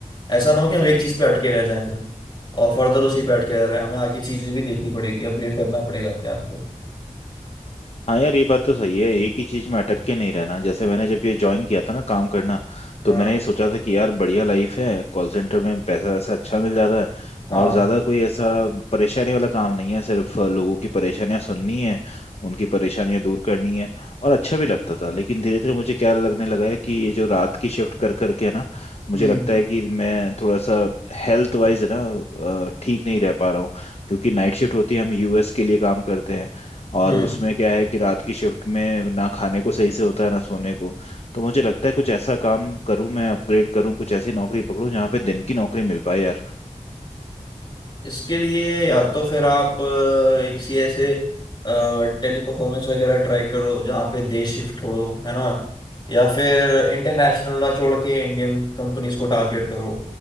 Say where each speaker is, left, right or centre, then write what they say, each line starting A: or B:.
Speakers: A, on the left; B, on the left.
A: ऐसा ना हो कि हम एक चीज पे अटके रह जाएं फिर और फर्दर उसी पे अटके रह रहे हैं हमें आगे चीजें भी देखनी पड़ेगी अपग्रेड करना पड़ेगा अपने आप को
B: हाँ यार ये बात तो सही है एक ही चीज में अटक के नहीं रहना जैसे मैंने जब ये ज्वाइन किया था ना काम करना तो
A: हाँ
B: मैंने ये सोचा था कि यार बढ़िया लाइफ है कॉल सेंटर में पैसा वैसा अच्छा मिल जाता है
A: हाँ
B: और ज्यादा कोई ऐसा परेशानी वाला काम नहीं है सिर्फ लोगों की परेशानियां सुननी है उनकी परेशानियां दूर करनी है और अच्छा भी लगता था लेकिन धीरे धीरे मुझे क्या लगने लगा है कि ये जो रात की शिफ्ट कर करके है ना मुझे
A: हम्म
B: लगता है कि मैं थोड़ा सा हेल्थ वाइज है ना अ, ठीक नहीं रह पा रहा हूँ क्योंकि नाइट शिफ्ट होती है हम यूएस के लिए काम करते हैं और
A: हम्म
B: उसमें क्या है कि रात की शिफ्ट में ना खाने को सही से होता है ना सोने को तो मुझे लगता है कुछ ऐसा काम करूं मैं अपग्रेड करूं कुछ ऐसी नौकरी पकड़ूं जहाँ पे दिन की नौकरी मिल पाए यार
A: इसके लिए या तो फिर आप अ, एक किसी ऐसे टेली परफॉर्मेंस वगैरह ट्राई करो जहाँ पे डे शिफ्ट हो है ना या फिर इंटरनेशनल ना छोड़ के इंडियन कंपनीज को टारगेट करो